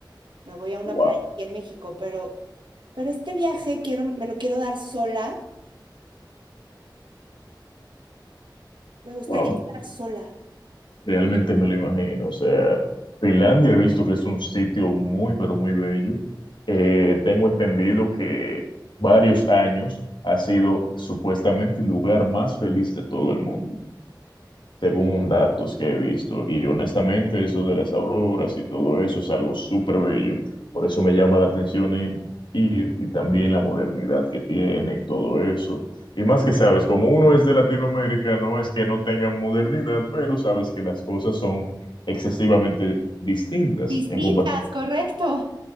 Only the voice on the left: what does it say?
Wow,
wow.
Realmente me lo imagino. O sea, Finlandia he visto que es un sitio muy, pero muy bello. Eh, tengo entendido que varios años ha sido supuestamente el lugar más feliz de todo el mundo según datos que he visto. Y honestamente, eso de las auroras y todo eso es algo súper bello. Por eso me llama la atención en ir y también la modernidad que tiene y todo eso. Y más que sabes, como uno es de Latinoamérica, no es que no tengan modernidad, pero sabes que las cosas son excesivamente distintas
en, compa-